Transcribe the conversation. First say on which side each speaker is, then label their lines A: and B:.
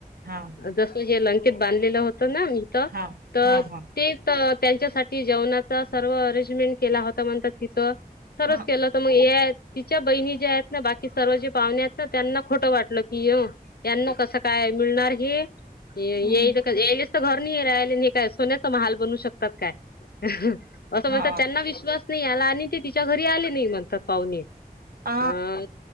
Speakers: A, on the right; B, on the left.
A: हा
B: जस हे लंकेत बांधलेलं होतं ना इथ
A: हा
B: तर
A: हा हा
B: ते तर त्यांच्यासाठी जेवणाचा सर्व अरेंजमेंट केला होता म्हणतात तिथं सर्वच
A: हा
B: केलंत मग ये या त तिच्या बहिणी ज्या आहेत ना बाकी सर्व जे पाहुणे आहेत ना त्यांना खोटं वाटलं की यो त्यांना कसंकाय मिळणार हे ही
A: हम्म
B: याईल क घ्याईले स्वतः च घर नाही राहाले न हे काय सोन्याचा महाल बनवू शकतात काय, असं म्हणतात
A: हा
B: त्यांना विश्वास नाही आला आनि ते तिच्या घरी आले नाही म्हनतात पाहुणे
A: आ
B: अ